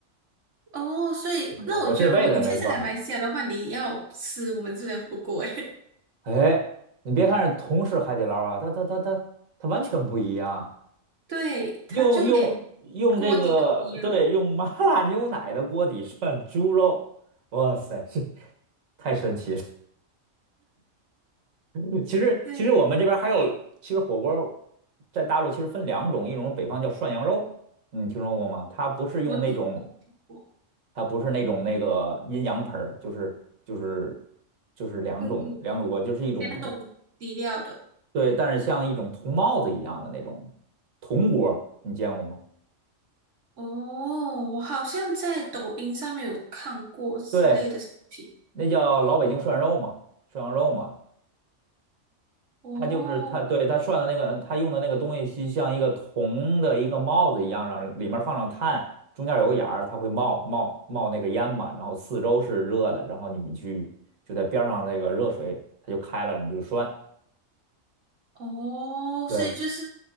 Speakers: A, on the right; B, on the right.
A: 哦，所以那我觉得，
B: 没有，我这辈子也没涮过。
A: 如果你下次来马来西亚的话，你要吃我们这边的火锅，诶，
B: 哎，你别看是同是海底捞啊，它它它它它完全不一样。
A: <laughs> 对，它就连
B: 用用用这个，
A: 锅底都不一样。
B: 对，用麻辣牛奶的锅底涮猪肉，哇塞，这太神奇了。<laughs> 其实其实我们这边还有，
A: 对，
B: 其实火锅在大陆其实分两种，一种是北方叫涮羊肉，你听说过吗？它不是用那种，
A: 我听过，听过，
B: 它不是那种那个阴阳盆儿就是就是就是两种两种锅，
A: 嗯嗯，
B: 就是一种带。
A: 两种底料的。
B: 对，但是像一种铜帽子一样的那种铜锅你见过吗？
A: 哦，我好像在抖音上面有看过之类的视频。
B: 对，那叫老北京涮肉嘛，涮羊肉嘛。
A: 哦
B: 它就是它，对，它涮的那个，它用的那个东西，就像一个铜的一个帽子一样，让里面放上炭，中间有个眼儿，它会冒冒冒那个烟嘛，然后四周是热的，然后你去就在边上那个热水，它就开了，你就涮。
A: 哦，
B: 对
A: 所以就是，